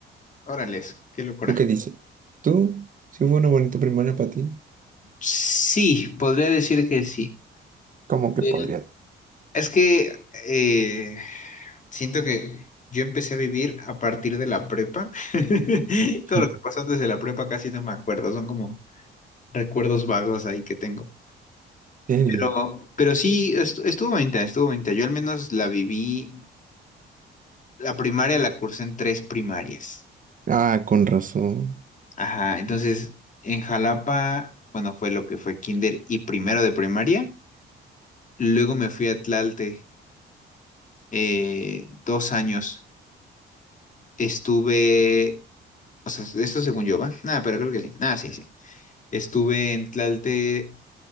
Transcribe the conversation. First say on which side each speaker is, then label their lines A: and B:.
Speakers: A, on the left; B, on the right.
A: órale, qué locura.
B: ¿Tú qué dices? ¿Tú? ¿Sí fue una bonita primaria para ti?
A: Sí, podría decir que sí.
B: ¿Cómo que
A: El-
B: podría?
A: Es que eh, siento que yo empecé a vivir a partir de la prepa. <laughs>
B: Sí.
A: Todo lo que pasó antes de la prepa casi no me acuerdo, son como recuerdos vagos ahí que tengo.
B: ¿En serio?
A: Pero, pero sí, estu- estuvo bonita, estuvo bonita. Yo al menos la viví, la primaria la cursé en tres primarias.
B: Ah, con razón.
A: Ajá, entonces en Jalapa, bueno, fue lo que fue kinder y primero de primaria. Luego me fui a Tlalte eh, dos años. Estuve, o sea, eso según yo, ¿va? Nada, pero creo que sí. Nada, sí, sí. Estuve en Tlalte